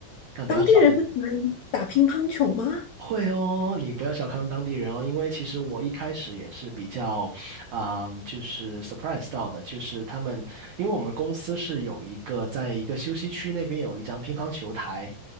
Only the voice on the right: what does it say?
但比较少一点。
会哦，你不要小看当地人哦，因为其实我一开始也是比较，啊、就是 surprise 到的，就是他们，因为我们公司是有一个在一个休息区那边有一张乒乓球台，